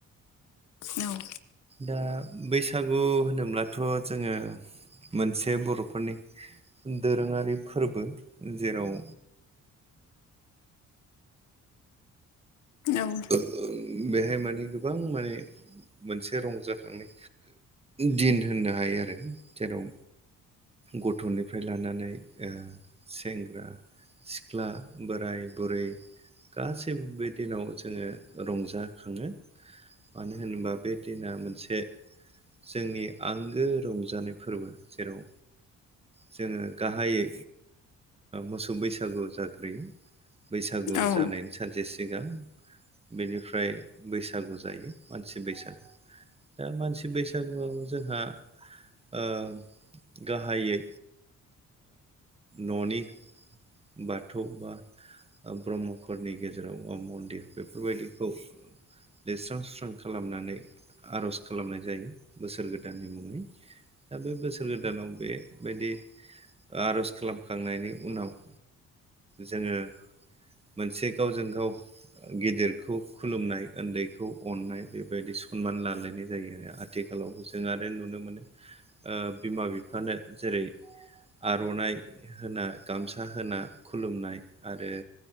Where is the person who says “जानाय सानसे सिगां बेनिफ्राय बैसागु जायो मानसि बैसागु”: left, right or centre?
Right